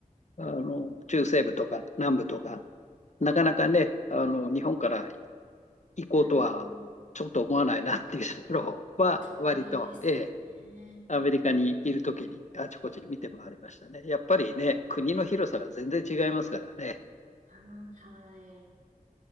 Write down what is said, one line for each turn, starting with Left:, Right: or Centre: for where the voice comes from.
Left: ーあの、中西部とか南部とか、なかなかね、あの、日本から行こうとはちょっと思わないなっていうところは、
Right: うーんと、遠いですね。
Left: 割と、えーアメリカにいるときにあちこち見て回りましたね。やっぱりね、
Right: あ
Left: 国の広さが全然違いますからね。
Right: あー、はい。